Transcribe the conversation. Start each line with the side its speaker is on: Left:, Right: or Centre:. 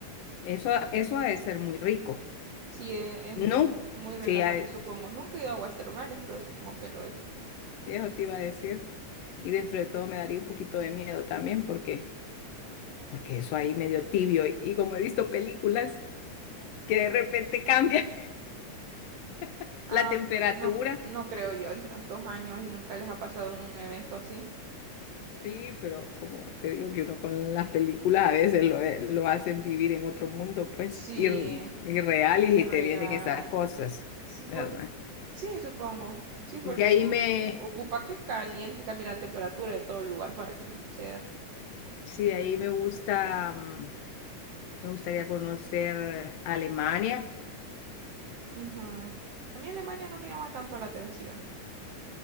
Left: eso, eso ha de ser muy rico.
Right: Sí, e- es
Left: No,
Right: muy, muy relajante,
Left: sí, ha de-
Right: supongo. Nunca he ido a aguas termales, pero supongo que lo es.
Left: eso te iba a decir. Y dentro de todo me daría un poquito de miedo también porque, porque eso ahí medio tibio. Y, y como he visto películas que de repente cambia <laughs>
Right: Ah,
Left: la temperatura.
Right: no, cre- no creo yo en tantos años y nunca les ha pasado un evento así.
Left: Sí, pero como te digo que uno con las películas a veces lo, eh, lo hacen vivir en otro mundo, pues,
Right: Sí,
Left: ir- irreal y
Right: Irreal.
Left: te vienen esas cosas,
Right: Sí, por...
Left: ¿verdad?
Right: sí, supongo. Sí, porque
Left: De ahí
Right: o-
Left: me...
Right: ocupa que caliente, cambie la temperatura de todo el lugar para que eso suceda.
Left: Sí, de ahí me gusta, mm, me gustaría conocer Alemania.
Right: Ujú. A mí Alemania no me llama tanto la atención.